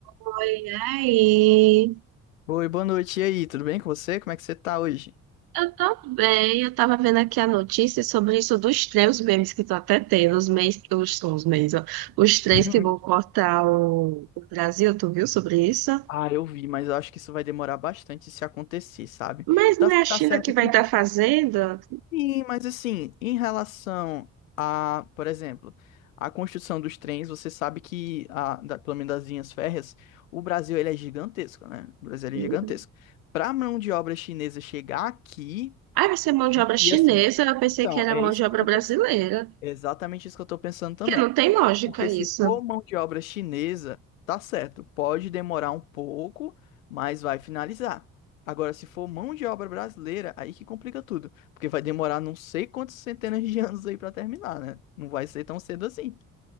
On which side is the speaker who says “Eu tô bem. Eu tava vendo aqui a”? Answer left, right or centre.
Right